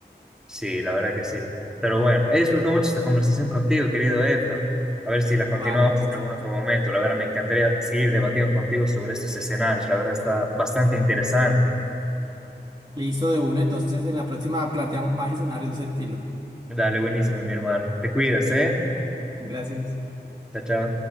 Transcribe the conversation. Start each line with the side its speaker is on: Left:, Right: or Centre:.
Centre: Sí, la verdad que sí. Pero bueno, he disfrutado mucho esta conversación contigo, querido Efra. A ver si la
Right: Vale,
Centre: continuamos
Right: listo.
Centre: en algún otro momento. La verdad, me encantaría seguir debatiendo contigo sobre estos escenarios. La verdad, está bastante interesante.
Right: Listo de una, entonces en la próxima planteamos más escenarios de ese estilo.
Centre: Dale, buenísimo, mi hermano. Te cuidas, ¿eh?
Right: Gracias.
Centre: Chao, chao.